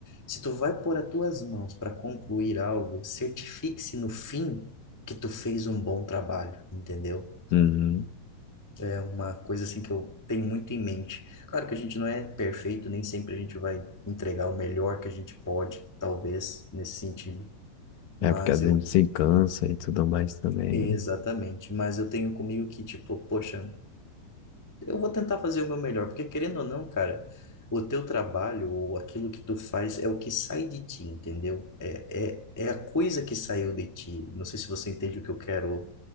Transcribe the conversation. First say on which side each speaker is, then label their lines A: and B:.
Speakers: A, on the left; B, on the left.
A: se tu vai pôr as tuas mãos para concluir algo, certifique-se no fim que tu fez um bom trabalho, entendeu?
B: Uhum.
A: É uma coisa assim que eu tenho muito em mente. Claro que a gente não é perfeito, nem sempre a gente vai entregar o melhor que a gente pode, talvez, nesse sentido. Mas
B: É, é porque a gente
A: eu.
B: se cansa e tudo mais também,
A: Exatamente.
B: né?
A: Mas eu tenho comigo que, tipo, poxa, eu vou tentar fazer o meu melhor, porque querendo ou não, cara, o teu trabalho ou aquilo que tu faz é o que sai de ti, entendeu? É, é, é a coisa que saiu de ti. Não sei se você entende o que eu quero